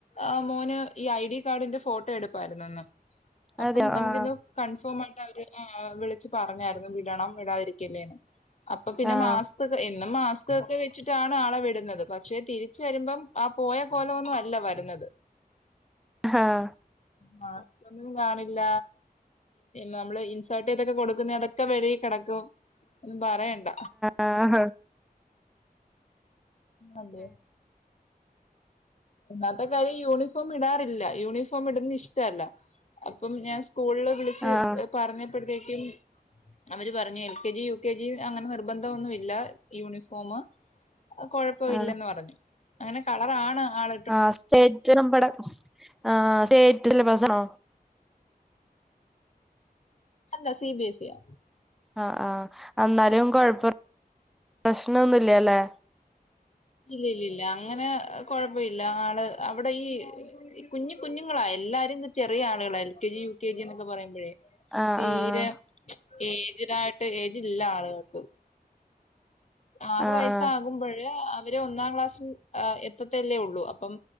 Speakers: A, on the left; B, in the centre.
A: ആ് മോന് ഈ ഐ ഡി കാർഡിന്റെ ഫോട്ടോ എടുപ്പായിുന്നന്ന് അപ്പം
B: അതെ
A: നമുക്കിത്
B: ആഹ്
A: കൺഫേം ആയിട്ട് അവര് വിളിച്ച് പറഞ്ഞായിരുന്നു വിടണം വിടാതിരിക്കില്ലേന്ന് അപ്പൊ പിന്നെ
B: ആഹ്
A: മാ എന്നും മാസ്ക് ഒക്കെ വെച്ചിട്ടാണ് ആളെ വിടുന്നത് പക്ഷെ തിരിച്ച വരുമ്പം ആ പോയ പോല ഒന്നും അല്ല വരുന്നത്
B: ആഹ
A: മാസ്ക് ഒന്നും കാണില്ല. നമ്മള് ഇൻസേർട്ട് ചെയ്തൊക്കെ കൊടുക്കുന്ന അതൊക്കെ വെഴ കിടക്കും ഒും പറയണ്ട
B: ആഹഹാ
A: അതേ ഇന്നാത്തെ കാര്യം യൂണിഫോം ഇടാറില്ല യൂണിഫോം ഇടുന്ന ഇഷ്ടമല്ല അപ്പം ഞാൻ സ്കൂളിൽ വിളിച്ച്
B: ആഹ്
A: പറഞ്ഞപ്പോഴത്തേക്കും അവര് പറഞ്ഞു L K G U K G അങ്ങനെ നിർബന്ധം ഒന്നുമ ഇല്ല യൂണിഫോമ കൊഴപ്പം
B: ആഹ്
A: ഇല്ലെന്ന് പറഞ്ഞു അങ്ങനെ കളറാണ് ആൾ
B: ആ സ്റ്റേറ്റ് നമ്മടെ ആ സ്റ്റേറ്റ് സിലബസ് ആണോ
A: അല്ല സി ബി സി യാ
B: ആഹ ആഹ എന്നാലും കൊഴപ്പം പ്രശ്നൊന്നുമില്ലല്ലേ
A: ഇല്ല ഇല്ല ഇല്ല അങ്ങനെ കൊഴപ്പം ഇല്ല ആൾ അവിടെ ഈ കുഞ്ഞു കുഞ്ഞുങ്ങളാ എല്ലാരും ചെറിയ ആളുകളാ L K G U K G എന്നൊക്കെ പറയുമ്പോഴേ
B: ആഹ്
A: തീരെ
B: ആഹ്
A: ഏജിടായിട്ട് ഏജ് ഇല്ല ആളുകൾക്ക് ആറു
B: ആഹ്
A: വയസ്സാകുമ്പോഴ്
B: ആഹ്
A: അവര് ഒന്നാം ക്ലാസ്സിൽ എത്തത്തല്ലേ ഉള്ളൂ അപ്പം